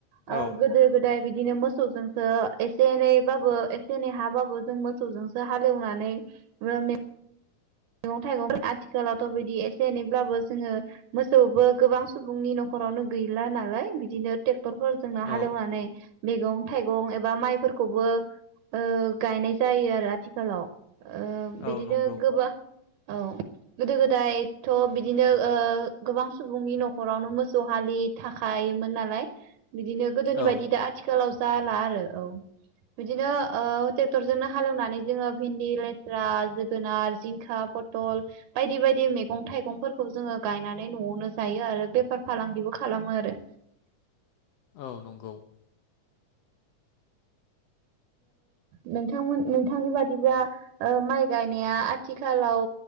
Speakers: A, on the right; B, on the left.
A: ओ
B: औ
A: गोदो गोदाय बिद बिदिनो मोसौजोंसो एसे एनैबाबो एसे एनै हाबाबो जों मोसौजोंसो हालेवनानै <unintelligible> मैगं थाइगंफोर आथिखालावथ' बिदि एसे एनैब्लाबो जोङो मोसौबो गोबां सुबुंनि न'खरावनो गैला नालाय बिदिनो क्टरफोरजोंनो
B: औ
A: हालेवनानै मैगं थाइगं एबा माइफोरखौबो ओ गायनाय जायो आरो आथिखालाव। ओ
B: औ
A: बिदिनो
B: नंगौ
A: गोबां औ गोदो गोदायथ' बिदिनो ओ गोबां सुबुंनि न'खरावनो मोसौ हालि थाखायोमोन नालाय। बिदिनो गोदोनि
B: औ
A: बायदि दा आथिखालाव जाला आरो औ बिदिनो ओ ट्रेक्टरजोंनो हालेवनानै जोङो भिन्दि लेस्रा जोगोनार जिं खा फटल बायदि बायदि मैगं थाइगंफोरखौ जोङो गायनानै न'आवनो जायो आरो बेफार फालांगिबो खालामो आरो।
B: औ नंगौ।
A: नोंथांमोन नोंथांनि बादिब्ला ओ माइ गायनाया आथिखालाव